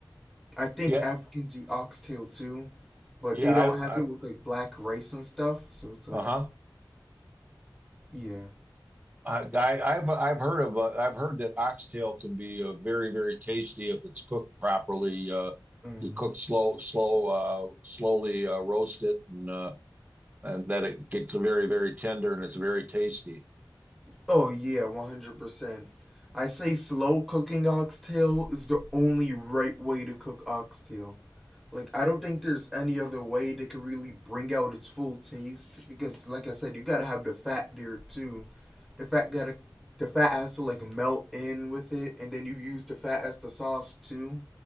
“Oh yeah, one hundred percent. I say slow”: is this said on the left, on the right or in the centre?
Centre